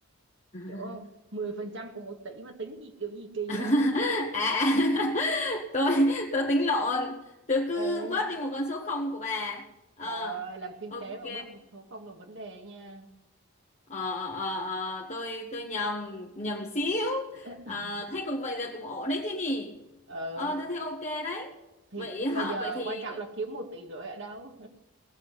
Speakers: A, on the left; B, on the right.
A: <laughs>
B: hiểu không 10% của một tỷ mà tính gì kiểu gì kỳ
A: à,
B: vậy
A: à, <laughs> tôi tôi tính lộn tôi
B: Ờ
A: cứ bớt đi một con số không của bà ờ
B: Trời ơi, làm kinh
A: ok
B: tế mà bớt một số không là vấn đề nha.
A: ờ, ờ, ờ, ờ, tôi tôi nhầm nhầm xíu
B: <laughs>
A: Ờ, thấy cũng vậy là cũng ổn đấy chứ nhỉ
B: Ờ,
A: ờ
B: Ừ,
A: tôi thấy ok đấy
B: thì
A: vậy
B: nhưng
A: hả
B: mà giờ
A: vậy thì
B: quan trọng là kiếm một tỷ rưỡi ở đâu.